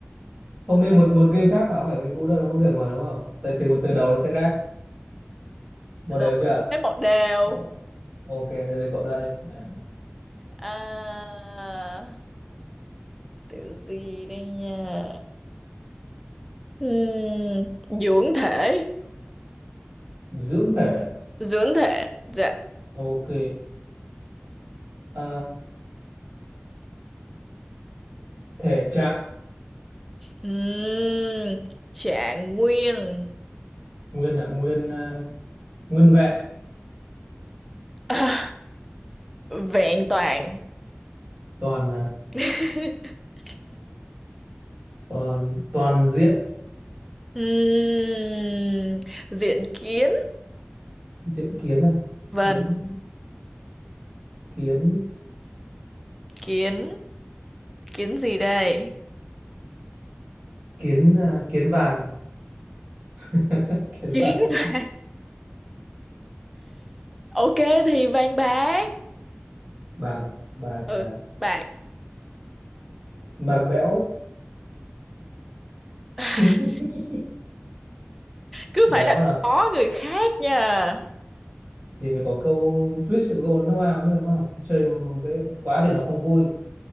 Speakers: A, on the right; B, in the centre.
A: Không nên một một game khác mà không phải game cũ đâu, không có được mà đúng không? Tại từ từ đầu nó sẽ khác. Một
B: Rồi,
A: đều chưa?
B: thế một đều.
A: Ồ, ok, bây giờ đến cậu ra đi. À,
B: À, từ gì đây nha? Ừm, dưỡng thể,
A: Dưỡng thể.
B: dưỡng thể, dạ.
A: Ok. Ờ, thể trạng
B: Ừm, trạng nguyên,
A: nguyên là nguyên ờ, nguyên vẹn
B: <laughs> à, vẹn toàn.
A: toàn là
B: <laughs>
A: toàn toàn diện
B: Ừm, diện kiến,
A: diện kiến à
B: vâng,
A: kiến kiến
B: kiến, kiến gì đây?
A: kiến à, kiến vàng <laughs> kiến
B: Kiến
A: vàng
B: vàng. Ok thì vàng bạc.
A: bạc à? bạc
B: Ừ,
A: à?
B: bạc.
A: bạc bẽo
B: <laughs>
A: <laughs>
B: Cứ
A: béo
B: phải là
A: nào
B: có người khác nha.
A: thì phải có câu twist có câu knock out chứ đúng không chơi dễ quá thì nó không vui